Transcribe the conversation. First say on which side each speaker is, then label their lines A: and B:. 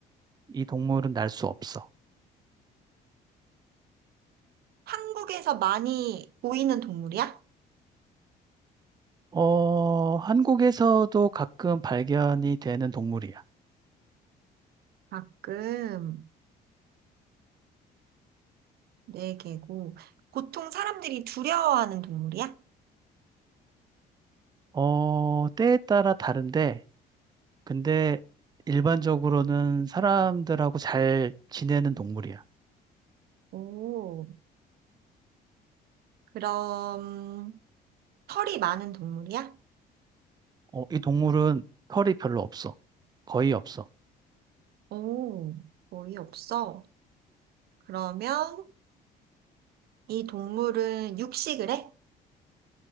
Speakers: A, on the right; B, on the right.
A: 이 동물은 날 수 없어.
B: 한국에서 많이 보이는 동물이야?
A: 어, 한국에서도 가끔 발견이 되는 동물이야.
B: 가끔 네 개고. 보통 사람들이 두려워하는 동물이야?
A: 어, 때에 따라 다른데, 근데 일반적으로는 사람들하고 잘 지내는 동물이야.
B: 오, 그럼 털이 많은 동물이야?
A: 어, 이 동물은 털이 별로 없어. 거의 없어.
B: 오, 거의 없어. 그러면 이 동물은 육식을 해?